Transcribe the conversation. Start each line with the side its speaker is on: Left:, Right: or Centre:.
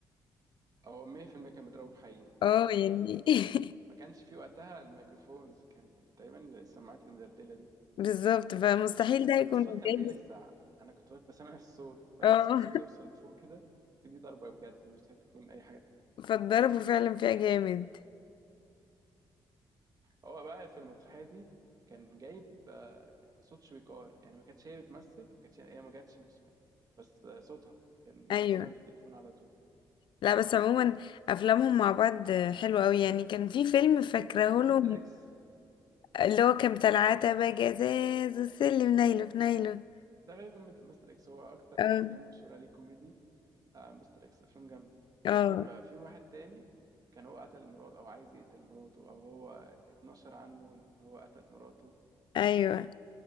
Right: هو 100% كان بيضربه بحقيقي
Left: اه
Right: مبدئيا
Left: يعني <laughs>
Right: ما كانش فيه وقتها الميكروفونز كان تقريبا السماعات المدلدله دي
Left: بالظبط فمستحيل ده يكون
Right: فالصوت كان
Left: جاي
Right: بيلسع انا كنت واقف بسمع الصوت فعشان
Left: اه
Right: الصوت يوصل لفوق كده دي ضربة بجد دي مستحيل تكون اي حاجة تانية
Left: <laughs> فاتضربوا فعلا فيها جامد
Right: هو بقى في المسرحية دي كان جايب آه، صوت شويكار يعني ما كانتش هي بتمثل ما كانتش هي هي ما جاتش المسرحية بس آه، صوتها كان
Left: ايوه
Right: بيكلمها في التليفون على طول
Left: لا بس عموما افلامهم مع بعض حلوه قوي يعني كان في فيلم فاكراه لهم
Right: مستر اكس
Left: اللي هو كان بتاع العتبه جزاز والسلم نايله في نايله
Right: ده غالبا مت- مستر اكس هو اكتر
Left: اه
Right: افلام مشهورة عليه كوميدي آه، مستر اكس افلام جامدة
Left: اه
Right: كان في في واحد تاني كان هو قتل مراته او عايز يقتل مراته او هو اتنشر عنه ان هو قتل مراته
Left: ايوه